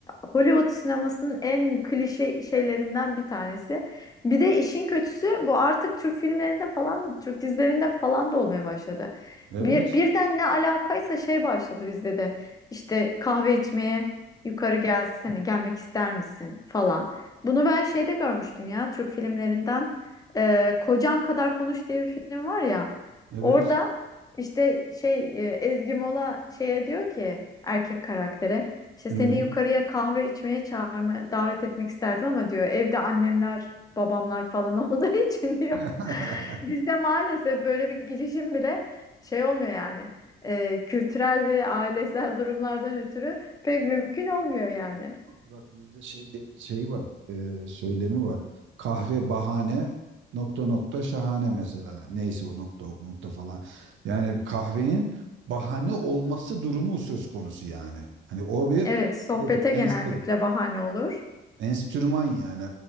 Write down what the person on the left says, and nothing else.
Hollywood sinemasının en klişe şeylerinden bir tanesi. Bir de işin kötüsü bu artık Türk filmlerinde falan da Türk dizilerinde falan da olmaya başladı.
Bir, birden ne alakaysa şey başladı bizde de. İşte kahve içmeye yukarı gelsene gelmek ister misin falan. Bunu ben şeyde görmüştüm ya Türk filmlerinden. E, Kocan Kadar Konuş diye bir film var ya.
Orada işte şey e, Ezgi Mola şeye diyor ki erkek karaktere işte
seni yukarıya kahve içmeye çağırma davet etmek isterdim ama diyor evde annemler babamlar falan <laughs> olduğu için diyor.
Bizde maalesef böyle bir girişim bile şey olmuyor yani E, kültürel ve ailesel <laughs> durumlardan ötürü pek mümkün olmuyor yani.
Evet sohbete
genellikle bahane olur.